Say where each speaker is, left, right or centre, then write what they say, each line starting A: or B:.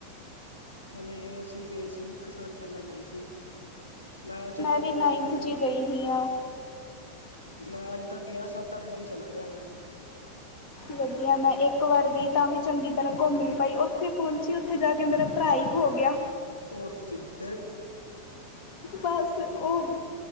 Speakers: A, on the left; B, on the left.
A: ਹਲੇ ਅਸੀਂ ਗਏ ਸੀ, ਇੱਕ ਸਾਲ ਪੈਲਾਂ ਗਏ ਸੀ। ਮੈਂ ਚਲਾ
B: ਵੀ
A: ਗਿਆ
B: ਨਾਈਨਥ
A: ਅੱਜ ਤੱਕ
B: 'ਚ ਗਈ ਹੀ ਹਾਂ
A: ਮੈਂ ਅੱਜ ਤੱਕ ਗਿਆ ਸੱਤ, ਅੱਠ ਵਾਰੀ ਚਲਾ ਗਿਆ ਮੈਂ।
B: ਵਧੀਆ, ਮੈਂ ਏਕ ਵਾਰ ਗਈ ਤਾਂ ਵੀ ਚੰਗੀ ਤਰ੍ਹਾਂ ਘੁੰਮ ਈ ਨੀ ਪਾਈ। ਉੱਥੇ ਪਹੁੰਚੀ, ਉੱਥੇ ਜਾ ਕੇ ਮੇਰਾ ਭਰਾ ਈ ਖੋ ਗਿਆ।
A: ਓ ਤੇਰੀ ਫੇਰ?
B: ਬਸ ਓ